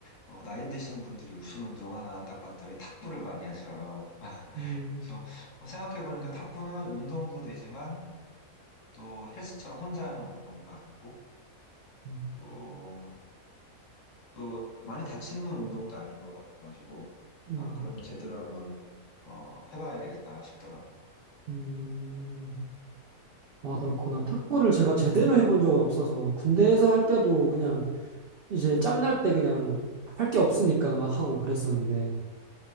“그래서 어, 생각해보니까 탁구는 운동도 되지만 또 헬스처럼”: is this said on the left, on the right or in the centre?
Left